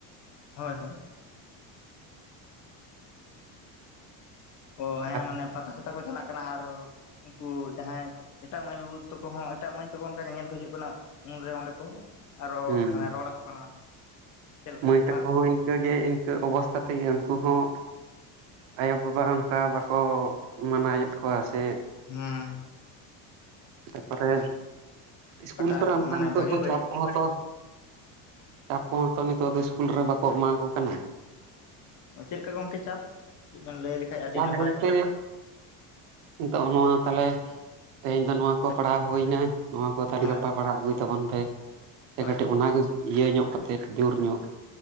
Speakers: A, on the left; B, on the right.
A: ᱦᱚᱭ ᱦᱚᱭ ᱚ ᱦᱮᱸ
B: ᱟᱨ
A: ᱢᱟᱱᱮ ᱯᱟᱛᱟ ᱪᱷᱟᱛᱟ ᱠᱚ ᱪᱟᱞᱟᱜ ᱠᱟᱱᱟ ᱟᱨ ᱩᱱᱠᱩ ᱡᱟᱦᱟᱸᱭ ᱮᱴᱟᱜ ᱢᱟᱹᱭ ᱵᱟᱹᱵᱩ ᱛᱟᱠᱚᱦᱚᱸ ᱮᱴᱟᱜ ᱢᱟᱹᱭ ᱛᱟᱠᱚ ᱚᱱᱠᱟ ᱧᱮᱧᱮᱞ ᱠᱚ ᱦᱤᱡᱩᱜ ᱠᱟᱱᱟ ᱩᱱᱨᱮ ᱚᱸᱰᱮ ᱠᱚ ᱟᱨᱚ
B: ᱦᱩᱸ
A: ᱢᱟᱱᱮ ᱨᱚᱲ ᱟᱠᱚ ᱠᱟᱱᱟ ᱪᱮᱫ ᱞᱮᱠᱟ
B: ᱢᱟᱹᱭ ᱛᱟᱠᱚ
A: ᱵᱟᱝ
B: ᱦᱚᱸ ᱤᱱᱠᱟᱹ ᱜᱮ ᱤᱱᱠᱟᱹ ᱚᱵᱚᱥᱛᱟ ᱛᱮᱜᱮ ᱩᱱᱠᱩ ᱦᱚᱸ ᱟᱭᱚᱵᱟᱵᱟ ᱚᱱᱠᱟ ᱵᱟᱠᱚ ᱢᱟᱱᱟᱭᱮᱫ ᱠᱚᱣᱟ ᱥᱮ
A: ᱦᱩᱸ
B: ᱛᱟ ᱯᱚᱨᱮ ᱤᱥᱠᱩᱞ
A: ᱚᱠᱟᱴᱟᱜ
B: ᱠᱚᱨᱮ ᱚᱱᱠᱟ
A: ᱢᱟᱱᱮ
B: ᱱᱤᱛᱚᱜ
A: ᱵᱷᱟᱹᱜᱤ
B: ᱫᱚ
A: ᱵᱟᱹᱲᱤᱡ
B: ᱪᱟᱯ ᱠᱚᱦᱚᱸ ᱛᱚ ᱛᱟ ᱯᱚᱨᱮ ᱫᱚ ᱱᱤᱛᱚᱜ ᱫᱚ ᱤᱥᱠᱩᱞ ᱨᱮ ᱵᱟᱠᱚ ᱮᱢᱟ ᱠᱚ ᱠᱟᱱᱟ
A: ᱪᱮᱫ ᱞᱮᱠᱟ ᱜᱚᱝᱠᱮ ᱪᱟᱯ ᱠᱟᱹᱡ ᱵᱤᱱ ᱞᱟᱹᱭ ᱞᱮᱠᱷᱟᱱ ᱟᱹᱰᱤ
B: ᱪᱟᱯ
A: ᱱᱟᱯᱟᱭ
B: ᱵᱚᱞᱛᱮ
A: ᱠᱚᱜᱼᱟ
B: ᱱᱤᱛᱚᱜ ᱚᱸᱜ-ᱱᱚᱣᱟ ᱛᱟᱞᱮ ᱛᱮᱦᱮᱧ ᱫᱚ ᱱᱚᱣᱟ ᱠᱚ ᱯᱟᱲᱦᱟᱣ ᱦᱩᱭ ᱱᱟ ᱱᱚᱣᱟ ᱠᱚ ᱛᱟᱞᱮ
A: ᱦᱳᱭ
B: ᱜᱟᱯᱟ ᱯᱟᱲᱦᱟᱣ ᱟᱹᱜᱩᱭ ᱛᱟᱵᱚᱱ ᱯᱮ ᱥᱮ
A: ᱦᱳᱭ
B: ᱠᱟᱹᱴᱤᱡ ᱚᱱᱟᱜᱮ ᱤᱭᱟᱹ ᱧᱚᱜ ᱠᱟᱛᱮᱫ ᱡᱩᱨ ᱧᱚᱜ